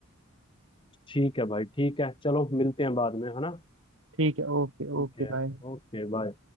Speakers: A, on the left; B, on the right.
A: ठीक है भाई ठीक है चलो मिलते हैं बाद में है ना
B: ठीक है ओके
A: ठीक
B: ओके
A: है
B: बाय
A: ओके बाय